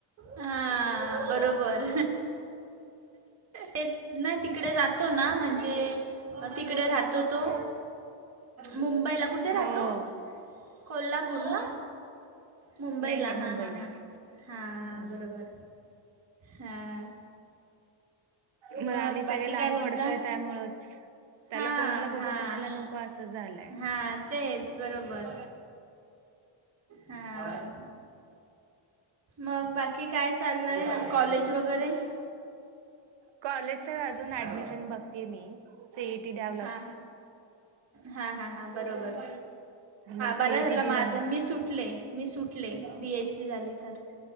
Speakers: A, on the right (about 30°); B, on the right (about 65°).
A: हा बरोबर ते नाही तिकडे जातो ना म्हणजे तिकडे राहतो तो मुंबईला कुठे राहतो
B: हो व
A: कोल्हापूर ना मुंबईला
B: नाही नाही
A: हां
B: मुंबईला.
A: हां हां हां. हां.
B: हं.
A: बरोबर हां.
B: नाही
A: मग
B: आम्ही सगळे
A: बाकी
B: लांब
A: काय बोलता
B: पडतोय त्यामुळच - त्याला
A: हां
B: कुणाला बघू,
A: हां
B: कुणाला नको? असं झालंय.
A: हां तेच बरोबर. हां. मग बाकी काय चाललय? कॉलेज वगैरे?
B: कॉलेजचच अजून
A: काय
B: ऍडमिशन बघतेय मी. सी ई टी दयाव-
A: हा. हां. हां. हां. बरोबर.
B: मग
A: बरं
B: सीईटी
A: झालं
B: दिल्यानंतर
A: माझ. मी सुट- -ले. मी सुटले बी एस सी झाली तर.